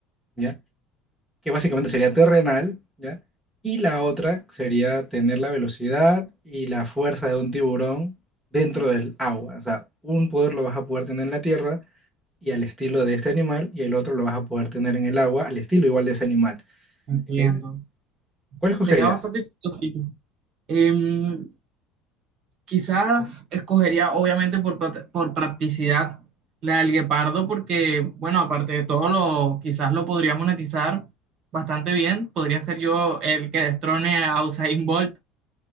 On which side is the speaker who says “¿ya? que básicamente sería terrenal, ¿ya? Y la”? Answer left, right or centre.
Centre